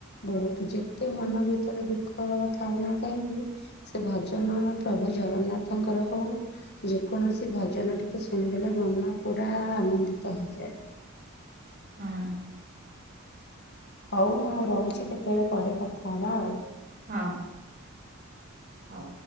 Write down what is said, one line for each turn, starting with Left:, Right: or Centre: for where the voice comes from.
Left: ବହୁତ, ଯେତେ ମନ ଭିତରେ ଦୁଃଖ ଥାଉ ନା କାହିଁକି ସେ ଭଜନ ପ୍ରଭୁ ଜଗନ୍ନାଥଙ୍କର ହଉ ଯେ କୌଣସି ସେ ଭଜନ ଟିକେ ଶୁଣିଦେଲେ ମନ ପୁରା ଆନନ୍ଦିତ ହେଇଯାଏ।
Right: ହଁ।
Left: ହଉ ମୁଁ ରହୁଛି କେତେବେଳେ ପରେ କଥା ହବା ଆଉ।
Right: ହଁ। ହଉ।